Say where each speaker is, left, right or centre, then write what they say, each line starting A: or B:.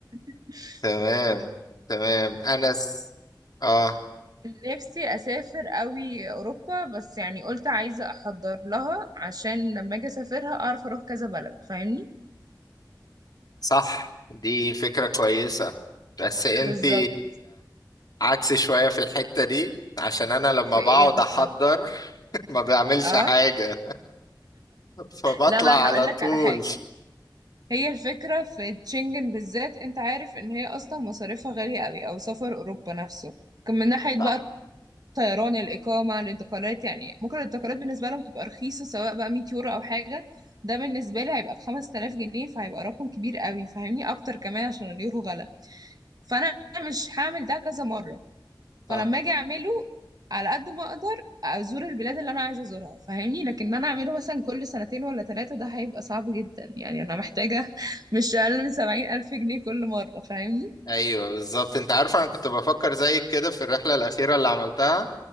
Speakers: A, on the right; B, on the left.
A: <laughs>
B: تمام تمام انا س... اه
A: فنفسي أسافر قوي أوروبا بس يعني قلت عايزة أحضر لها عشان لما أجي أسافرها أعرف أروح كذا بلد فاهمني
B: صح دي فكرة كويسة بس انتي
A: بالظبط
B: عكسي شوية في الحتة دي عشان انا لما
A: في
B: بقعد
A: إيه بالظبط
B: احضر <laughs> ما بعملش
A: اه
B: حاجة فبطلع
A: لا ما أنا
B: على
A: هقول لك
B: طول
A: على حاجة هي الفكرة في تشنجن بالذات أنت عارف إن هي أصلا مصاريفها غالية قوي أو سفر أوروبا نفسه كان من ناحية
B: صح
A: بقى طيران الإقامة الانتقالات يعني ممكن الانتقالات بالنسبة لهم تبقى رخيصة سواء بقى 100 يورو أو حاجة ده بالنسبة لي هيبقى بخمس تلاف جنيه فهيبقى رقم كبير قوي فاهمني أكتر كمان عشان اليورو غلا فأنا مش هعمل ده كذا مرة فلما
B: صح
A: أجي أعمله على قد ما أقدر أزور البلاد اللي أنا عايزة أزورها فاهمني لكن أنا أعمله مثلا كل سنتين ولا ثلاثة ده هيبقى صعب جدا يعني أنا محتاجة <laughs> مش أقل من سبعين ألف جنيه كل مرة فاهمني
B: ايوه بالظبط انت عارف انا كنت بفكر زيك كده في الرحلة الاخيرة اللي عملتها